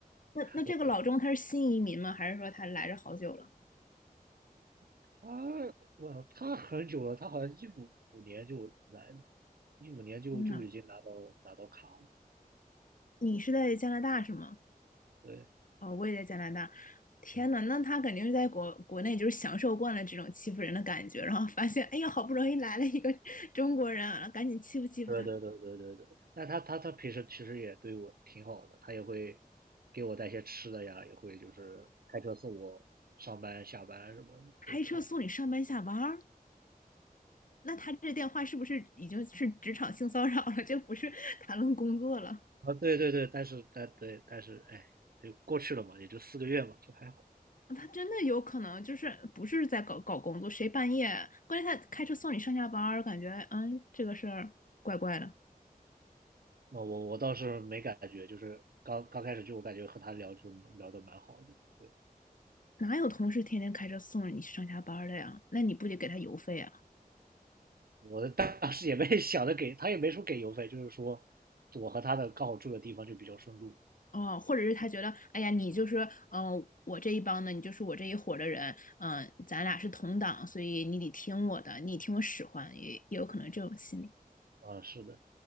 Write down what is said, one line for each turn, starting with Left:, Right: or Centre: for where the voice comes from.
Left: 那那这个老钟他是新移民吗？
Right: 我，
Left: 还是说他来这好久了？
Right: <laughs> 我他我他很久了，他好像一五年就来了，一五年就就已经拿到拿到卡了，
Left: 天呐，你是在加拿大是吗？
Right: 对。
Left: 哦，我也在加拿大。天呐，
Right: 嗯
Left: 那他肯定是在国国内就是享受惯了这种欺负人的感觉，然后发现哎呀，好不容易来了一个中国人啊，赶紧欺负欺负他，
Right: 对对对对对对，但他他他平时其实也对我挺好的，他也会给我带些吃的呀，也会就是开车送我上班下班什么的，
Left: 开车送你上班下班儿。
Right: 对他
Left: 那他这电话是不是已经是职场性骚扰了？这不是谈论工作了。
Right: 啊，对对对，但是但对，但是哎，就过去了嘛，也就四个月嘛，就还好。
Left: 他真的有可能就是不是在搞搞工作，谁半夜？关键他开车送你上下班儿，感觉嗯，这个事儿怪怪的。
Right: 那我我倒是没感觉，就是刚刚开始就我感觉和他聊就聊得蛮好的，对，
Left: 哪有同事天天开车送你上下班儿的呀？那你不得给他油费啊？
Right: 我当时也没 <laughs> 想着给他也没说给邮费，就是说我和他的刚好住的地方就比较顺路。
Left: 哦，或者是他觉得，哎呀，你就是嗯、呃我这一帮的，你就是我这一伙的人，嗯、咱俩是同党，所以你得听我的，你听我使唤，也也有可能这种心理
Right: 啊，是的，